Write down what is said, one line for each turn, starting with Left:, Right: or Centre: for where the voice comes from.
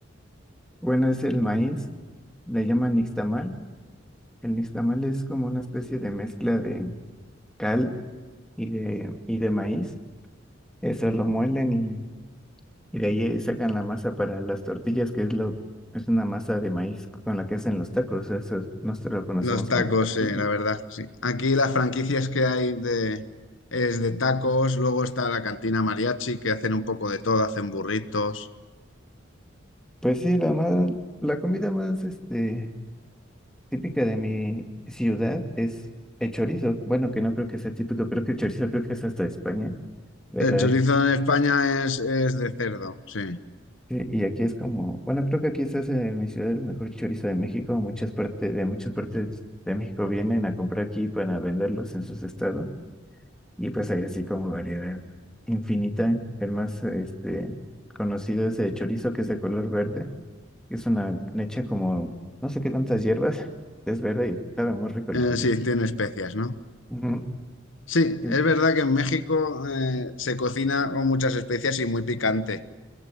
Centre: bueno, es el maíz, le llaman nixtamal. El nixtamal es como una especie de mezcla de cal. y de, y de maíz. Eso lo muelen y, y de ahí eh, sacan la masa para las tortillas, que es lo, es una masa de maíz con la que hacen los tacos. Eso es- nosotros lo conocemos
Left: Los tacos,
Centre: como tortilla.
Left: eh, la verdad, sí. Aquí las franquicias que hay de, es de tacos, luego está la cantina mariachi que hacen un poco de todo, hacen burritos.
Centre: Pues sí, la más, la comida más este, típica de mi ciudad es el chorizo. Bueno, que no creo que sea típico, creo que el chorizo creo que es hasta de España, pero
Left: El chorizo en España es, es de cerdo, sí.
Centre: Sí, y aquí es como, bueno, creo que aquí este es en mi ciudad el mejor chorizo de México. Muchas partes, de muchas partes de México vienen a comprar aquí para venderlos en sus estados. Y pues hay así como variedad infinita. El más este, conocido es el chorizo, que es de color verde. Es una leche como, no sé qué tantas hierbas. Es verde y sabe muy rico,
Left: Eh,
Centre: la verdad.
Left: sí, tiene especias, ¿no?
Centre: Ujú,
Left: Sí,
Centre: sí,
Left: es verdad que en México eh, se cocina con muchas especias y muy picante.